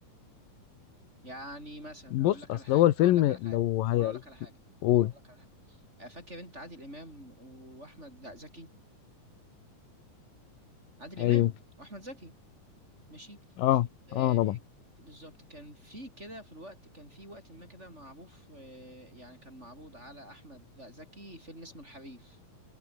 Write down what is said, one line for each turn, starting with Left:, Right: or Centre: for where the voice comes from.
Right: يعني مثلا
Left: بص
Right: اقول لك على
Left: اصل
Right: حاجة
Left: هو الفيلم
Right: اقول لك على حاجة
Left: لو هي
Right: طب انا اقول لك على حاجة
Left: قول
Right: طب اقول لك على حاجة آه، فاكر انت عادل امام واحمد لا زكي عادل
Left: ايوه
Right: امام واحمد زكي ماشي
Left: اه
Right: آه،
Left: اه طبعا
Right: بالظبط كان في كده في الوقت كان في وقت ما كده معروف آه، يعني كان معروض على احمد زكي فيلم اسمه الحريف